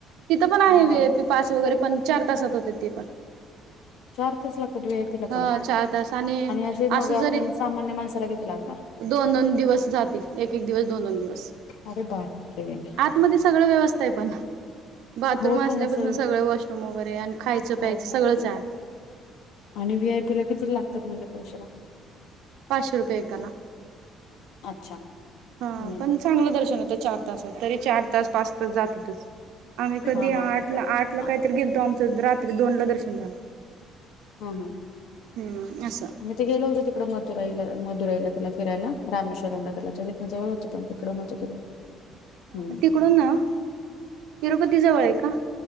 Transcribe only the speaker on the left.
हा
चार तास लागतात वी आय पी ला
पण
असे मग
आपण सामान्य माणसाला किती लागणार
अरे बाप <unintelligible>
हो
पण असं
आहे का
आणि व्ही आय पी ला कितीन लागतात म्हणजे पैशे म?
अच्छा.
हम्म
हा हा
बरोबर
हा
हं हं
<unintelligible> त गेल होतो तिकड मथुराईला.. मदुराईला तिला फिरायला, रामेश्वरमला त्याला हं जवळ होंतं पन तिकडं नवतो गेलं.
हम्म